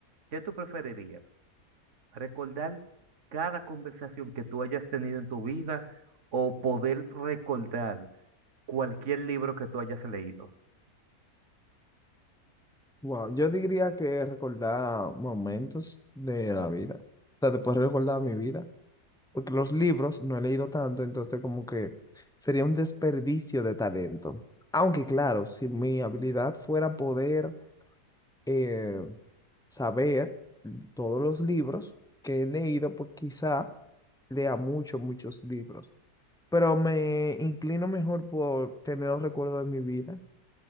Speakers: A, on the right; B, in the centre.
A: ¿Qué tú preferirías? ¿Recordar cada conversación que tú hayas tenido en tu vida o poder recordar cualquier libro que tú hayas leído?
B: Wow, yo diría que recordar momentos de la vida. O sea, después recordar mi vida. Porque los libros no he leído tanto, entonces como que sería un desperdicio de talento. Aunque claro, si mi habilidad fuera poder eh, saber todos los libros que he leído, pues quizá lea muchos, muchos libros, pero me inclino mejor por tener los recuerdos de mi vida